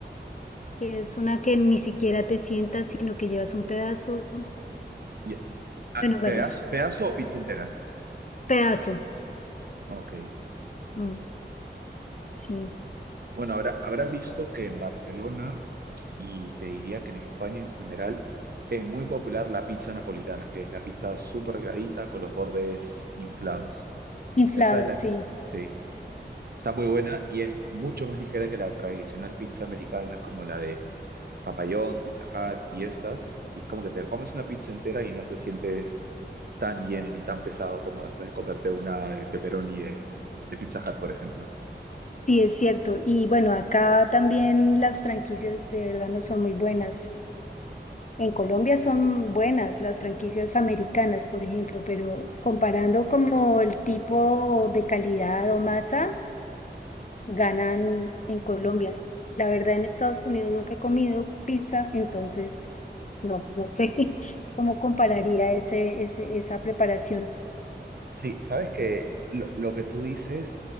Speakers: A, on the left; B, on the right.
A: que es una que ni siquiera te sientas, sino que llevas un pedazo,
B: Y- ah,
A: bueno, varios,
B: ¿pedazo, pedazo o pizza entera?
A: pedazo,
B: Ok.
A: mm, sí.
B: Bueno, habrá- habrás visto que en Barcelona, y te diría que en España en general, es muy popular la pizza napolitana, que es la pizza súper delgadita con los bordes inflados.
A: Inflados,
B: Esa es la...
A: sí.
B: Sí, está muy buena y es mucho más ligera que la tradicional pizza americana como la de Papa John's, Pizza Hut y estas, y como que te comes una pizza entera y no te sientes tan lleno ni tan pesado como después de comerte una de pepperoni de, de Pizza Hut, por ejemplo.
A: Sí, es cierto. Y bueno, acá también las franquicias de verdad no son muy buenas. En Colombia son buenas las franquicias americanas, por ejemplo, pero comparando como el tipo de calidad o masa, ganan en Colombia. La verdad, en Estados Unidos nunca he comido pizza, entonces no, no sé <laughs> cómo compararía ese, ese, esa preparación.
B: Sí, sabes que lo, lo que tú dices